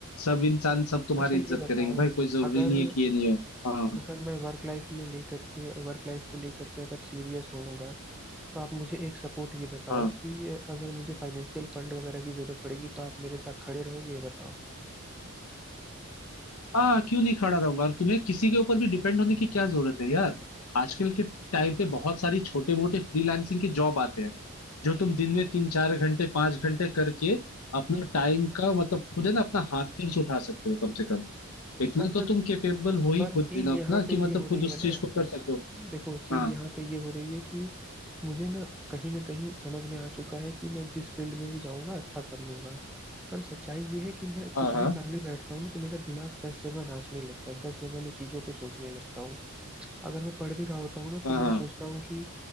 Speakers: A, on the left (about 80°); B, in the centre.
A: सब इंसान सब तुम्हारी
B: अच्छा ये
A: इज्जत
B: बताओ
A: करेंगे भाई कोई जरूरी
B: अगर
A: नहीं है कि ये नहीं हो हाँ
B: अगर मैं वर्क लाइफ में लेकर के वर्क लाइफ को लेकर के अगर सीरियस होऊंगा तो आप मुझे एक सपोर्ट ये बताओ
A: हाँ
B: कि अगर मुझे फाइनेंशियल फंड वगैरह की जरूरत पड़ेगी तो आप मेरे साथ खड़े रहोगे ये बताओ
A: हाँ क्यों नहीं खड़ा रहूंगा और तुम्हें किसी के ऊपर भी डिपेंड होने की क्या जरूरत है यार आजकल के टाइम पे बहुत सारी छोटे मोटे फ्रीलांसिंग के जॉब आते हैं जो तुम दिन में तीन चार घंटे पांच घंटे करके अपना टाइम का मतलब खुद है ना अपना हाथ खर्च उठा सकते हो कम से कम इतना
B: यार
A: तो
B: पर
A: तुम कैपेबल हो ही
B: पर
A: खुद
B: चीज
A: इनफ
B: यहाँ
A: ना
B: पे
A: कि मतलब
B: ये हो रही
A: खुद उस
B: है
A: चीज
B: ना
A: को कर सको
B: देखो चीज
A: हाँ
B: यहाँ पे ये हो रही है कि मुझे ना कहीं ना कहीं समझ में आ चुका है कि मैं जिस फील्ड में भी जाऊंगा अच्छा कर लूंगा पर सच्चाई ये है कि मैं
A: हाँ
B: कुछ
A: हाँ
B: भी करने बैठता हूँ ना तो मेरा दिमाग दस जगह नाचने लगता है दस जगह मैं चीजों पे सोचने लगता हूँ अगर मैं पढ़ भी रहा होता हूँ ना
A: हाँ
B: तो मैं
A: हाँ
B: सोचता हूँ कि